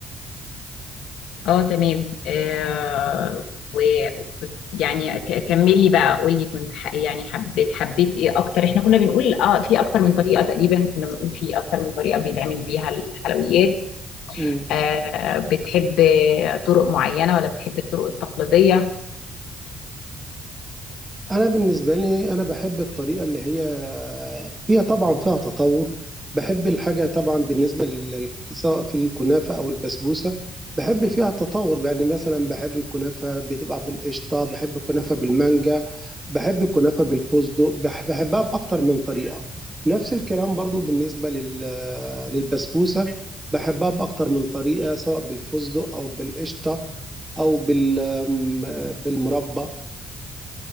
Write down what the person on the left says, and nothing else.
اه تمام آه ويعني كمل لي بقى قول لي كنت ح... يعني حبيت حبيت ايه اكتر احنا كنا بنقول اه في اكتر من طريقة تقريبا كنا بنقول في اكتر من طريقة بيتعمل بيها الحلويات
آه بتحب طرق معينة ولا بتحب الطرق التقليدية